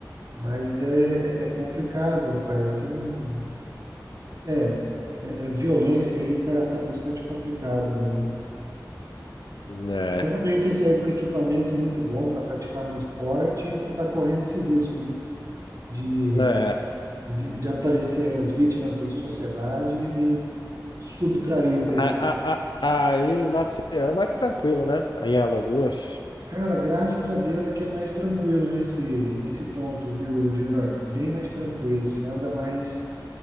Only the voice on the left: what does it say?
É,
é.
A-
a- a- Aí em Maceió é mais tranquilo, né? Aí em Alagoas.